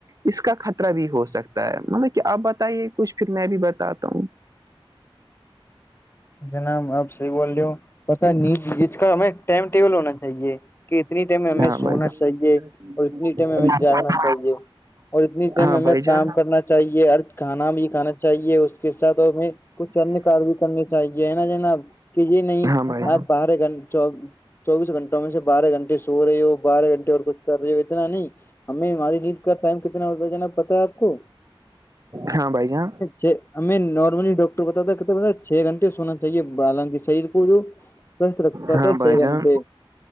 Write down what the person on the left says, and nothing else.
جناب آپ صحیح بول رہے ہو پتا نہیں نیند کا ہمیں ٹائم ٹیبل ہونا چاہیے کہ اتنی ٹائم ہمیں
سونا
چاہیے اور اتنی ٹائم ہمیں جاگنا چاہیے اور اتنی ٹائم
ہمیں
کام کرنا چاہیے اور کھانا بھی کھانا چاہیے اس کے ساتھ ہمیں کچھ ان کار بھی کرنے چاہیے ہے نا جناب کہ یہ نہیں
آپ بارا گھنٹے چو چوبیس گھنٹوں میں سے بارہ گھنٹے سو رہی ہو بارہ گھنٹے اور کچھ کر رہی ہو اتنا نہیں ہمیں ہماری نیند کا ٹائم کتنا ہوتا جانا پتا ہے آپ کو
جی ہمیں نارملی ڈاکٹر بتاتا کتنے چھ گھنٹے سونا چاہیے حالانکہ شریر کو جو سوستھ رکھتا
تھا چھ
گھنٹے